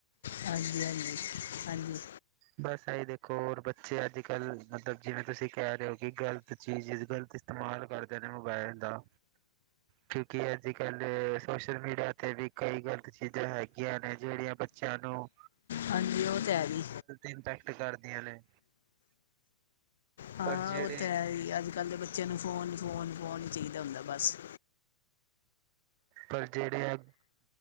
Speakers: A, on the left; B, on the right.
A: ਹਾਂਜੀ- ਹਾਂਜੀ- ਹਾਂਜੀ।
B: ਬਸ ਏਹੀ ਦੇਖੋ ਔਰ ਬੱਚੇ ਅੱਜ ਕੱਲ ਮਤਲਬ ਜਿਵੇਂ ਤੁਸੀਂ ਕਹ ਰੇ ਹੋ ਕਿ ਗ਼ਲਤ ਚੀਜ਼ -ਗਲਤ ਚੀਜ। ਇਸਤਮਾਲ ਕਰਦੇ ਨੇ ਮੋਬੈਲ ਦਾ। ਕਿਉਂਕਿ ਅੱਜ ਕੱਲ ਸੋਸ਼ਲ ਮੀਡੀਆ ਤੇ ਵੀ ਕਈ ਗ਼ਲਤ ਚੀਜ਼ਾਂ ਹੈਗੀਆਂ ਨੇ ਜੇਹੜੀਆਂ ਬਚ। ਚਲੋ।
A: ਹਾਂਜੀ ਉਹ ਤੇ ਹੈ ਈ।
B: ਇੰਪੈਕਟ ਕਰਦੀਆਂ ਨੇ।
A: ਹਾਂ
B: ਪਰ ਜਿਹੜੇ
A: ਉਹ ਤੇ ਹੈ ਈ, ਅੱਜ ਕੱਲ ਦੇ ਬੱਚਿਆਂ ਨੂੰ ਫੋਨ, ਫੋਨ, ਫੋਨ ਹੀ ਚਾਹੀਦੈ ਹੁੰਦਾ ਬਸ!
B: ਪਰ ਜਿਹੜੇ ਆ